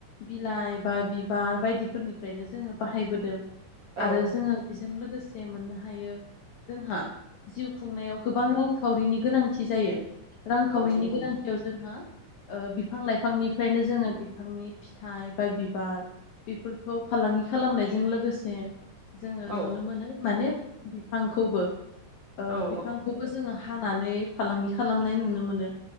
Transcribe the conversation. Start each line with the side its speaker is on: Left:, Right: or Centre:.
Left: बिलाइ बा बिबार बायदिफोरनिफ्रायनो जोङो बाहायबोदों।
Right: औ
Left: आरो जोङो बेजों लोगोसे जे मोननो हायो जोंहा जिउ खुंनायाव गोबां रां खावरिनि गोनांथि जायो। रांखावरिनि
Right: नंगौ
Left: गोनांथियाव जोंहा ओ बिफां लाइ फांनिफ्रायनो जोङो बिफांनि फिथाइ बा बिबार बेफोरखौ फालांगि खालामनायजों लोगोसे जोङो
Right: औ
Left: नुनो मोनो माने बिफांखौबो ओ
Right: औ औ
Left: बिफांखौबो जोङो हानानै फालांगि खालामनाय नुनो मोनो।